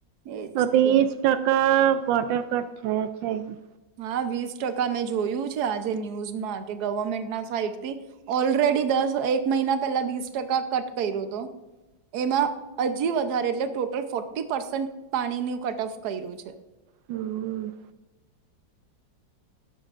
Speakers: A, on the right; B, on the right.
A: એજ
B: વીસ
A: તો
B: ટકા કટર કટ થયા છે એ
A: હા વીસ ટકા મેં જોયું છે આજે ન્યૂઝમાં કે ગવર્મેન્ટના સાઈટ થી ઓલરેડી દસ એક મહિના પેલા વીસ ટકા કટ કર્યો હતો એમાં હજી વધુ વધારે એટલે ટોટલ ફોર્ટી પર્સન્ટ પાણીનું કટ ઓફ કર્યું છે
B: હમ